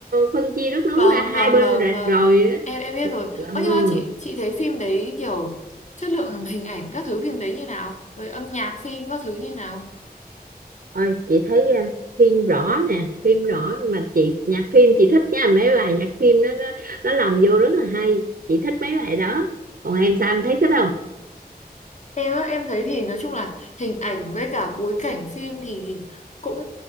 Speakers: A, on the right; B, on the left.
A: phân chia đất nước
B: Vâng
A: ra hai
B: vâng
A: bên
B: vâng
A: rạch
B: vâng
A: rồi á.
B: em em biết rồi.
A: Ừ.
B: Ơ nhưng mà chị chị thấy phim đấy kiểu chất lượng hình ảnh các thứ phim đấy như nào? Rồi âm nhạc phim các thứ như nào?
A: Ôi, chị thấy à, phim rõ nè phim rõ mà chị nhạc phim chị thích nha mấy bài nhạc phim nó nó, nó lồng vô rất là hay chị thích mấy bài đó còn em sao em thấy thích không
B: Em á, em thấy thì nói chung là hình ảnh với cả bối cảnh phim thì cũng